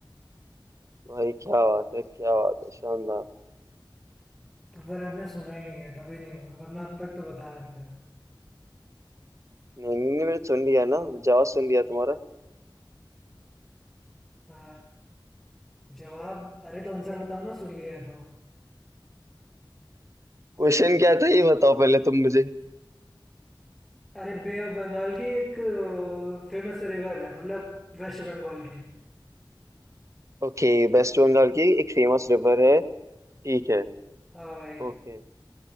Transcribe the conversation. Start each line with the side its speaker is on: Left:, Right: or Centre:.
Right: भाई क्या बात है क्या बात है शानदार
Centre: तो फिर आपने सुना ही नहीं है तभी नहीं वरना अब तक तो बता देते हैं
Right: नहीं नहीं नहीं, मैंने सुन लिया ना जवाब सुन लिया तुम्हारा
Centre: अ, जवाब अरे तो आंसर बताओ ना सुन लिया तो
Right: क्वेश्चन क्या था ये बताओ पहले तुम मुझे
Centre: अरे बे ऑफ बंगाल की एक फेमस रिवर है मतलब वेस्ट बंगाल की
Right: ओके वेस्ट बंगाल की एक फेमस रिवर है ठीक है
Centre: हाँ भाई
Right: Okay